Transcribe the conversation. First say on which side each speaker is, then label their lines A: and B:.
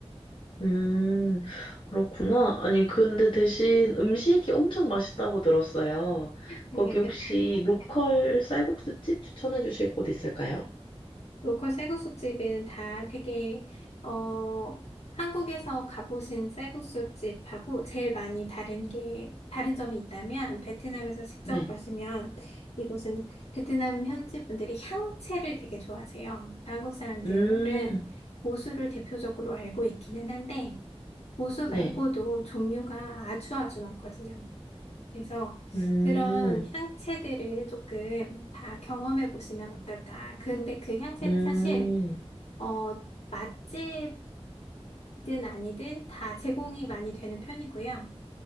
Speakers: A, on the left (about 50°); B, on the left (about 75°).
A: 음, 그렇구나. 아니, 근데 대신 음식이 엄청 맛있다고 들었어요.
B: 네,
A: 거기
B: 베-
A: 혹시 로컬 쌀국수집 추천해 주실 곳 있을까요?
B: 로컬 쌀국수집은 다 되게 어 한국에서 가보신 쌀국수집하고 제일 많이 다른 게 다른 점이 있다면 베트남에서 직접
A: 네.
B: 가시면 이곳은 베트남 현지 분들이 향채를 되게 좋아하세요. 한국 사람들은
A: 음,
B: 고수를 대표적으로 알고 있기는 한데 고수
A: 네.
B: 말고도 종류가 아주 아주 많거든요. 그래서
A: 음,
B: 그런 향채들을 조금 다 경험해 보시면 어떨까. 근데 그 향채는
A: 음,
B: 사실, 어, 맛집이든 아니든 다 제공이 많이 되는 편이고요.